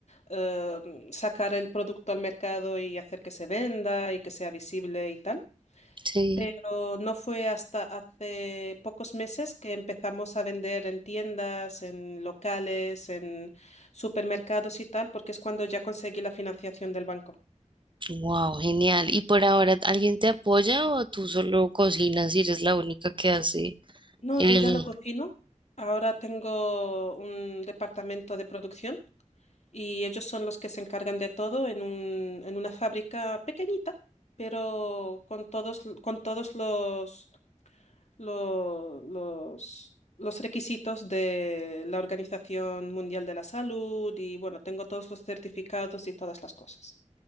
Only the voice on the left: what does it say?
eh, sacar el producto al mercado y hacer que se venda y que sea visible y tal.
pero no fue hasta hace pocos meses que empezamos a vender en tiendas, en locales, en supermercados y tal, porque es cuando ya conseguí la financiación del banco.
No,
yo ya no cocino. Ahora tengo un departamento de producción y ellos son los que se encargan de todo en un- en una fábrica pequeñita, pero con todos, con todos los lo- los, los requisitos de la Organización Mundial de la Salud y bueno, tengo todos los certificados y todas las cosas.